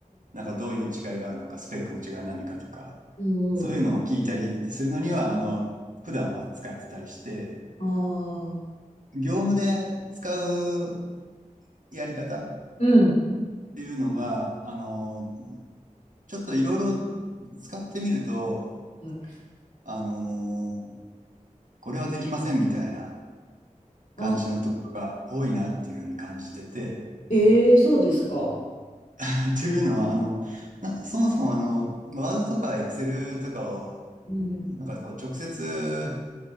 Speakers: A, on the right; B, on the left.
A: なんかどういう違いがあるのか、スペックの違いは何かとか、
B: うんうん
A: そういうのを聞いたりするのには、あの、普段は使ってたりして、
B: ああ
A: 業務で使うやり方っ
B: うん
A: ていうのが、あの、ちょっといろいろ使ってみると、
B: はい
A: あの、これはできませんみたいな感じのところが多いなっていうふうに感じてて、
B: あええそうですか
A: <laughs> というのは、あの、なそもそもあの、ワードとかエクセルとかを、
B: うん
A: なんかこう直接